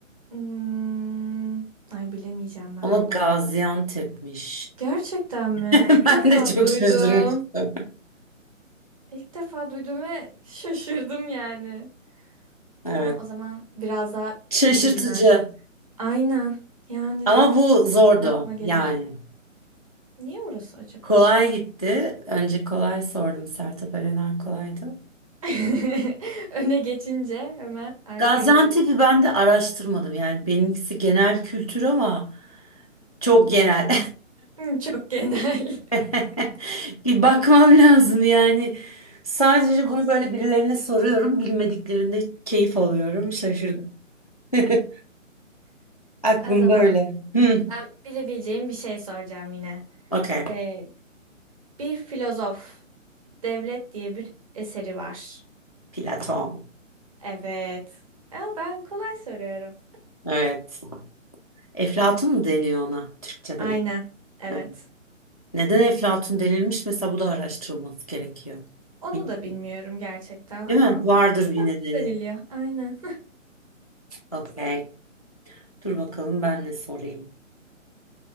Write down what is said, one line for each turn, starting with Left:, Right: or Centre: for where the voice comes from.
Right: Hmm, ay bilemeyeceğim ben
Left: Ama
Right: bunu.
Left: Gaziantep'miş.
Right: Gerçekten mi?
Left: <laughs>
Right: İlk
Left: Ben
Right: defa
Left: de çok
Right: duydum.
Left: şaşırmıştım.
Right: İlk defa duydum ve şaşırdım yani.
Left: Evet.
Right: Ben o zaman biraz daha
Left: Şaşırtıcı.
Right: bilinen şey. Aynen. Yani
Left: Ama bu zordu
Right: kimin aklına gelir.
Left: yani.
Right: Niye orası acaba?
Left: Kolay gitti. Önce kolay sordum. Sertab Erener kolaydı.
Right: <laughs> Öne geçince hemen arkaya
Left: Gaziantep'i
Right: geç.
Left: ben de araştırmadım. Yani benimkisi genel kültür ama çok genel.
Right: Hı, çok genel.
Left: <laughs> Bir bakmam lazım yani. Sadece
Right: <laughs> Olsun.
Left: bunu böyle birilerine soruyorum. Bilmediklerinde keyif alıyorum. Şaşırdım. <laughs> Aklım
Right: O zaman
Left: böyle. Hı.
Right: ben bilebileceğim bir şey soracağım yine.
Left: Okey.
Right: Ee, bir filozof, Devlet diye bir eseri var.
Left: Platon.
Right: Evet. Ya ben kolay soruyorum.
Left: Evet. Eflatun mu deniyor ona? Türkçe'de
Right: Aynen.
Left: bir.
Right: Evet.
Left: Evet. Neden Eflatun denilmiş? Mesela bu da araştırılması gerekiyor.
Right: Onu
Left: Bilmiyorum.
Right: da bilmiyorum gerçekten ama
Left: Değil mi? Vardır
Right: Eflatun
Left: bir nedeni.
Right: deniliyor. Aynen.
Left: Okey. Dur bakalım ben ne sorayım.